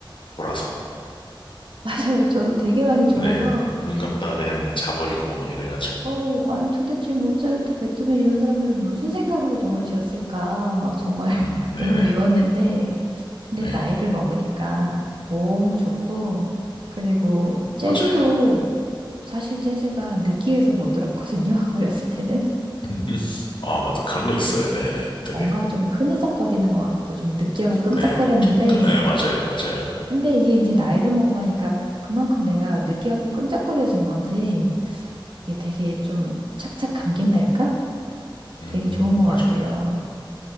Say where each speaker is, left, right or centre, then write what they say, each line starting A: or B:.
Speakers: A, on the left (about 70°); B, on the right (about 65°).
A: 돌아서
B: <laughs> 맞아요. 저도 되게 많이 졸아서,
A: 네, 눈 감다 그냥 자버리고 막 이래가지고.
B: 어, 아니 도대체 모차르트, 베토벤 이런 사람들은 무슨 생각으로 저걸 지었을까? 막 정말
A: 음,
B: <laughs>
A: 네네,
B: 너무 미웠는데, 근데
A: 네,
B: 나이를 먹으니까 너무 좋고, 그리고 재즈도
A: 맞아요.
B: 사실 재즈가 느끼해서 못 들었거든요. <laughs> 어렸을 때는.
A: <laughs> 아, 맞아. 그런 거 있어요. 네네. 되게,
B: 뭔가 좀 흐느적거리는 것 같고 좀 느끼하고 끈적거렸는데
A: 네, 좀, 그- 네, 맞아요, 맞아요.
B: 근데 이게 이제 나이를 먹어가니까 그만큼 내가 느끼하고 끈적거려진 건지 이게 되게 좀 착착 감긴달까?
A: 음,
B: 되게 좋은 것
A: 맞아요.
B: 같아요.